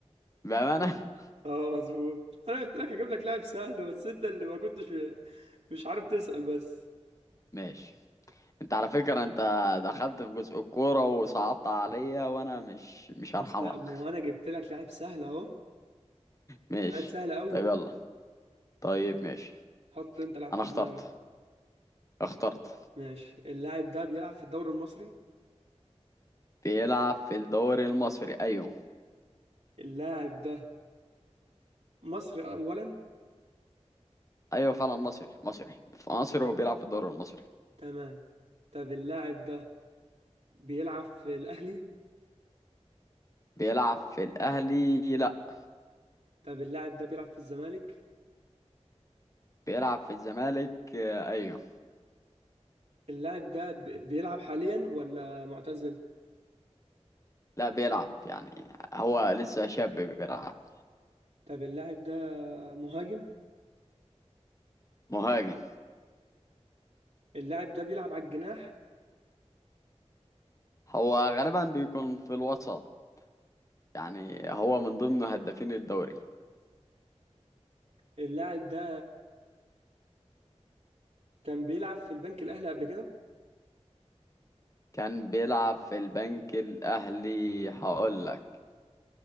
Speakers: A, on the left; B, on the right.
A: بأمانة
B: اه مظبوط انا قلت لك هجيب لك لاعب سهل بس انت اللي ما كنتش مش عارف تسأل بس
A: <laughs> ماشي انت على فكرة انت دخلت في جزء الكورة وصعبت عليا وانا مش مش
B: بس
A: هرحمك
B: لا ما
A: <laughs>
B: هو انا جبت لك لاعب سهل اهو
A: ماشي
B: لاعب سهل قوي
A: طيب يلا طيب ماشي
B: حط انت لاعب
A: انا
B: في
A: اخترت
B: دماغك
A: اخترت
B: ماشي اللاعب ده بيلعب في الدوري المصري
A: بيلعب في الدوري المصري ايوه
B: اللاعب ده مصري اولا
A: ايوه فعلا مصري مصري في مصر وبيلعب في الدوري المصري
B: تمام طب اللاعب ده بيلعب في الاهلي
A: بيلعب في الاهلي لا
B: طب اللاعب ده بيلعب في الزمالك
A: بيلعب في الزمالك آه، ايوه
B: اللاعب ده ب- بيلعب حاليا ولا معتزل
A: لا بيلعب يعني هو لسه شاب بيلعب
B: طب اللاعب ده مهاجم
A: مهاجم
B: اللاعب ده بيلعب على الجناح
A: هو غالبا بيكون في الوسط يعني هو من ضمن هدافين الدوري
B: اللاعب ده كان بيلعب في البنك الأهلي قبل كده
A: كان بيلعب في البنك الأهلي هقول لك